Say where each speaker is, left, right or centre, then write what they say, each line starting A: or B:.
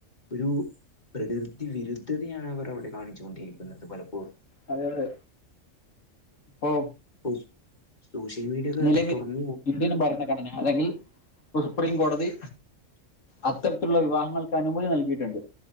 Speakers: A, on the left; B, on the left.
A: ഒരു പ്രകൃതി വിരുദ്ധതയാണ് അവർ അവിടെ കാണിച്ചുകൊണ്ടിരിക്കുന്നത് പലപ്പോഴും.
B: അതെ അതെ ഇപ്പൊ..
A: ഉം സോഷ്യൽ മീഡിയക്കെ
B: നിലവിൽ
A: തൊറന്നു നോ
B: ഭരണഘടന അല്ലെങ്കിൽ സുപ്രീം കോടതി.. അത്തരത്തിലുള്ള വിവാഹങ്ങൾക്ക് അനുമതി നൽകിയിട്ട്ണ്ട്